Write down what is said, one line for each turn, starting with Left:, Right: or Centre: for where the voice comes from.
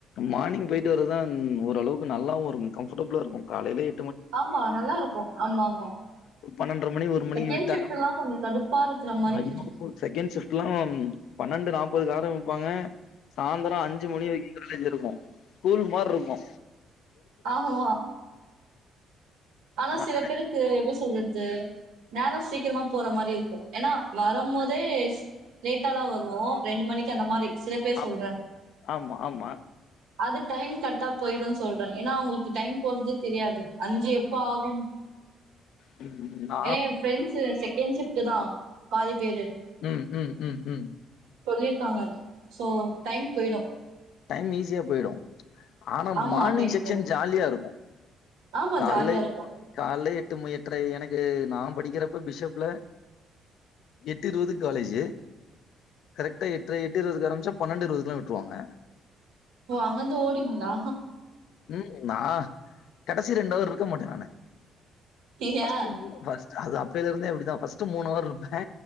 Left: மானிங் போயிட்டு வர்றதா ஓளவுக்கு நல்லாவு இருக்கு கம்ஃபர்டபுளா இருக்கு காலைலேயே
Right: ஆமா நல்லா இருக்கு ஆமா ஆமா
Left: பன்னெண்டு மணி ஒரு மணிக்கு
Right: செகண்ட்
Left: விட்டா
Right: ஷிஃப்ட் எல்லாம் கொஞ்சம் கடுப்பா இருக்கிற மாதிரி
Left: <unintelligible>
Right: இருக்கும்
Left: செகண்ட் சிப்ட்லா பன்னெண்டு நாப்பது ஆரம்ப்பாங்க சாயந்திர அஞ்சு மணி வைக்க இருக்கு ஷ்கூல் மாரி இருக்கு
Right: ஆமா ஆனா
Left: நான்
Right: சில பேருக்கு க்கு எப்டி சொல்றது நேர சீக்கிரமா போற மாரி இருக்கு ஏன்னா வரும் போதே லேட்டா தா வருவோ ரெண்டு மணிக் அந்த மாரி சில இப்பெ
Left: ஆ-
Right: சொல்றே
Left: ஆமா ஆமா
Right: அது டைம் கரெக்டா போயிடுனு சொல்றே ஏன்னா அவங்களுக்கு டைம் போறதே தெரியாது அஞ்சு எப்ப ஆகு
Left: ம்
Right: ஏ என் ஃப்ரெண்ட்ஸ் செகண்ட் ஷிப்ட் தா பாதி பேரு
Left: ம் ம் ம் ம்
Right: சொல்லிருக்காங்க சோ டைம் போயிடு
Left: டைம் ஈஸியா போயிடு ஆனால்
Right: ஆமா
Left: மார்னிங்
Right: டைம்
Left: செக்ஷன்
Right: போகும்
Left: ஜாலியா இருக்கு
Right: ஆமா
Left: காலை
Right: ஜாலியா இருக்கும்
Left: காலையில எட்டு மணிக்கு எட்டுறை எனக்கு நா படிக்கிறப்ப பிஷப்புல எட்டு இருபதுக்கு காலேஜ் கரெக்ட்டா எட்டு இருபது ஆரம்பிச்ச பன்னெண்டு இருபதுக்கு எல்லா விட்ருவாங்க
Right: ஓ அங்கயிருந்து ஓடிந்துகளா
Left: ம் நா கடைசி ரெண்டவர் இருக்க மாட்டே நானு
Right: ஏயா
Left: <unintelligible> அது அப்பலே இருந்தே அப்டிதா ஃபர்ஸ்ட்ட மூணு அவர் இருபே